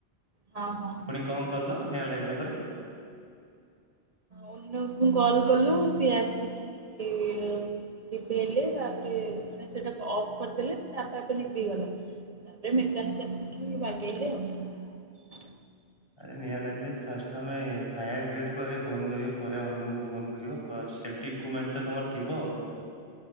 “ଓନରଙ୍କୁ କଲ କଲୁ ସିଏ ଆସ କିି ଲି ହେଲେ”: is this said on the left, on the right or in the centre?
Right